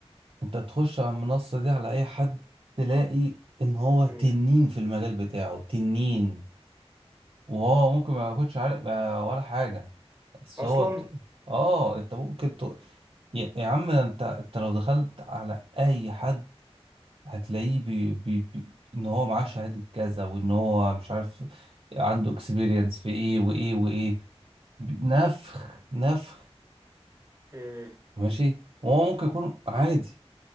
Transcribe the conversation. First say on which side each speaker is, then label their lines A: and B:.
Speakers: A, on the right; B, on the right.
A: انت تخش على المنصة دي على اي حد تلاقي ان هو تنين
B: مم.
A: في المجال بتاعه تنين وهو ممكن ما يكونش عارف آه، ولا حاجة بس
B: أصلا
A: هو ط... اه انت ممكن ت... يا يا عم انت انت لو دخلت على اي حد هتلاقيه بي... بي... بي... ان هو معاه شهادة كذا وان هو مش عارف عنده اكسبيرينس في ايه وايه وايه نفخ نفخ
B: مم.
A: ماشي وهو ممكن يكون عادي